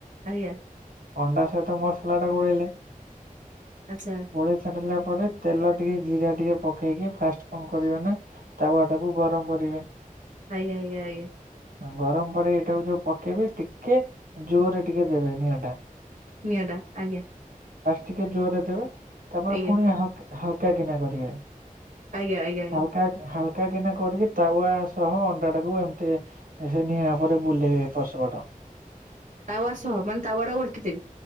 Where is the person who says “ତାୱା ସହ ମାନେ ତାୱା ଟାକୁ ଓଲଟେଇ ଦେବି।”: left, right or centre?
Right